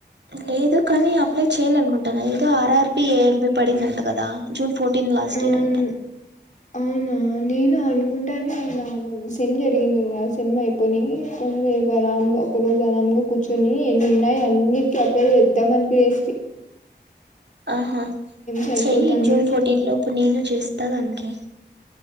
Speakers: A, on the right; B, on the left.
A: లేదు కానీ అప్లై చెయాల అనుకుంటాను ఏదో ఆర్ఆర్బి ఏఎల్బి పడిందంట కదా జూన్ ఫోర్టీన్ లాస్ట్
B: అవును
A: డేట్ అంట
B: అవునా నేను అనుకుంటానే ఉన్నా సెమ్ జరిగింది నా సెమ్ అయిపోని అరామ్గా ఒక రోజు అరామ్గా కూర్చొని ఏన్ని ఉన్నాయి అన్నిటి అప్లై చేద్దాం అనికు చేసి
A: ఆహా
B: సరిపోతుంది
A: చెయ్యి జూన్ ఫోర్టీన్ లోపు నేను చేస్తా దనికి